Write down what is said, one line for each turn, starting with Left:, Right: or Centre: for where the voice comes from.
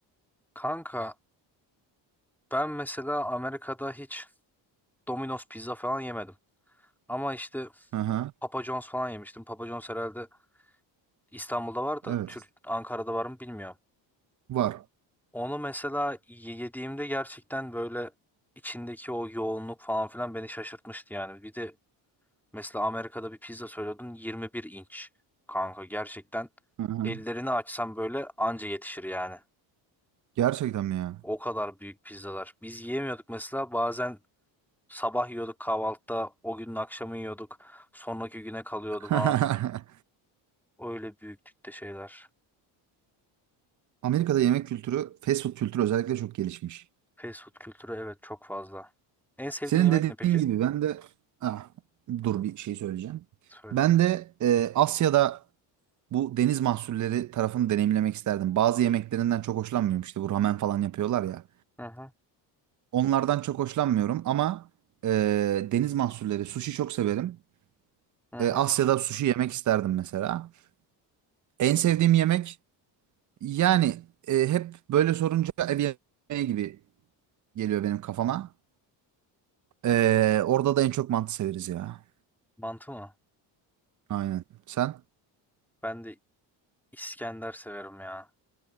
Centre: Kanka ben mesela Amerika'da hiç Domino's pizza falan yemedim. Ama işte
Right: Hı hı.
Centre: Papa John's falan yemiştim. Papa John's herhalde İstanbul'da var da
Right: Evet.
Centre: Türk Ankara'da var mı bilmiyorum.
Right: Var.
Centre: Onu mesela ye- yediğimde gerçekten böyle içindeki o yoğunluk falan filan beni şaşırtmıştı yani. Bir de mesela Amerika'da bir pizza söylüyordun 21 inç. Kanka gerçekten
Right: Hı hı.
Centre: ellerini açsam böyle anca yetişir yani.
Right: Gerçekten mi ya?
Centre: O kadar büyük pizzalar. Biz yiyemiyorduk mesela bazen Sabah yiyorduk kahvaltıda, o günün akşamı yiyorduk. Sonraki güne kalıyordu falan.
Right: <laughs>
Centre: Öyle büyüklükte şeyler.
Right: Amerika'da yemek kültürü, fast food kültürü özellikle çok gelişmiş.
Centre: Fast food kültürü evet çok fazla. En sevdiğin
Right: Senin
Centre: yemek
Right: dediğin
Centre: ne peki?
Right: gibi ben de ah, dur bir şey söyleyeceğim.
Centre: Söyle.
Right: Ben de e, Asya'da bu deniz mahsulleri tarafını deneyimlemek isterdim. Bazı yemeklerinden çok hoşlanmıyorum. İşte bu ramen falan yapıyorlar ya.
Centre: Hı hı.
Right: Onlardan çok hoşlanmıyorum ama e, deniz mahsulleri, sushi çok severim.
Centre: Hı
Right: E,
Centre: hı.
Right: Asya'da sushi yemek isterdim mesela. En sevdiğim yemek yani e, hep böyle sorunca ev yemeği gibi geliyor benim kafama. Ee, orada da en çok mantı severiz ya.
Centre: Mantı mı?
Right: Aynen. Sen?
Centre: Ben de İskender severim ya.